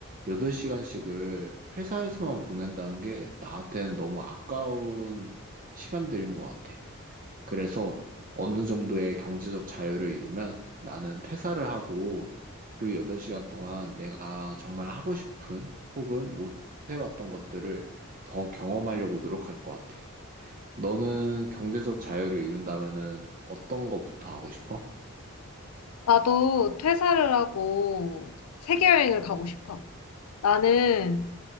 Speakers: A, on the right; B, on the left.
A: 8시간씩을 회사에서만 보낸다는 게 나한테는 너무 아까운 시간들인 것 같아. 그래서 어느 정도의 경제적 자유를 이루면 나는 퇴사를 하고 그 8시간 동안 내가 정말 하고 싶은 혹은 못 해봤던 것들을 더 경험하려고 노력할 것 같아. 너는 경제적 자유를 이룬다면은 어떤 것부터 하고 싶어?
B: 나도 퇴사를 하고 세계여행을 가고 싶어. 나는